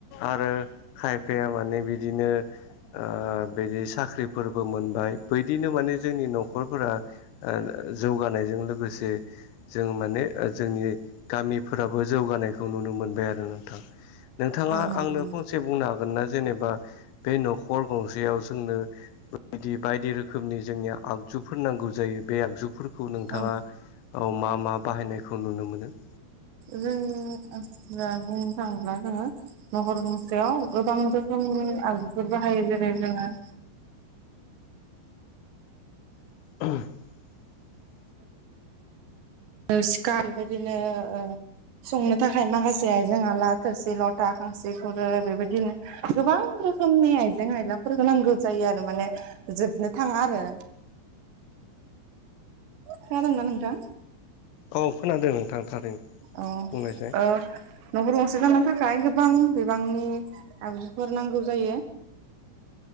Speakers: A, on the left; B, on the right.
A: आरो खायफाया माने बिदिनो ओ बिदि साख्रिफोरबो मोनबाय बैदिनो माने जोंनि न'खरफोरा ओ ओ जौगानायजों लोगोसे जों माने ओ जोंनि गामिफोराबो जौगानायखौ नुनो मोनबाय आरो नोंथां। नोंथाङा
B: औ नंगौ
A: आंनो
B: नंगौ
A: फंसे बुंनो हागोनना जेनेबा बे न'खर गंसेयाव जोंनो बिदि बायदि रोखोमनि जोंनिया आगजुफोर नांगौ जायो बे आगजुफोर खौ नोंथाङा
B: औ
A: मा मा बाहायनायखौ नुनो मोनो
B: जों <unintelligible> बुंनो थाङोब्ला जोङो नखर गंसेयाव गोबां रोखोमनि आगजुफोर बाहायो जेरै जोङो
A: <unintelligible>
B: ओ सिखा बेबायदिनो ओ संनो थाखाय माखासे आयजेंहा आला थोरसि लथा खांसि खुरै बेबायदिनो गोबां रोखोमनि आइजें आयलाफोर नांगौ जायो आरो माने जोबनो थाङा आरो। खोनादोंना नोंथां?
A: औ खोनादों नोंथां थारैनो
B: औ
A: बुंनायसाय।
B: ओ न'खर गंसे जानो थाखाय गोबां बिबांनि आगजुफोर नांगौ जायो।